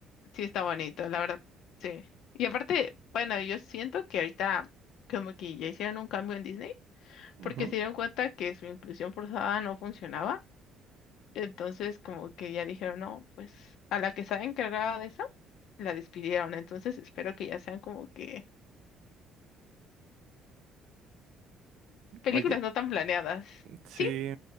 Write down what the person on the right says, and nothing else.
Ujú.
Oye,
sí.